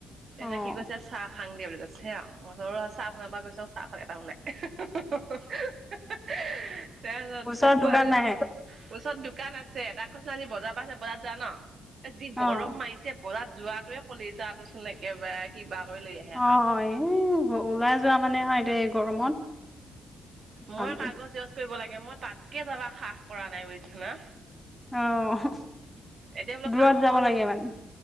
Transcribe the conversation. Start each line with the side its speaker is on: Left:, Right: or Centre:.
Right: তাৰপিছত
Centre: অ',
Right: কি কৈছে চাহ। খাং দিয়ে বুলি কৈছে আও। মই চাহ বনাব গৈছো চাহপাত এটাও নাই। <unintelligible> তাৰপিছত
Centre: ওচৰত
Right: পোৱালি
Centre: দোকান নাই?
Right: ওচৰত দোকান আছে। আছে তাক কৈছিলে আজি বজাৰৰ পৰা আছে বজাৰ যা ন যি
Centre: অ',
Right: গৰম মাৰিছে- বজাত যোৱাটোৱে কলিজাটো চোন একেবাৰে কিবা কৰি লৈ আহে
Centre: অ
Right: আক।
Centre: এই ওলাই যোৱা মানে হয় এতিয়া এই গৰমত অশান্তি।
Right: মই কাগজ জেৰস্ক কৰিব লাগে মই তাকে যাবা সাহ কৰা নাই বুজিছা না
Centre: অহ হ
Right: এতিয়া বোলো
Centre: দূৰত
Right: কাম
Centre: যাব
Right: বন
Centre: লাগে মানে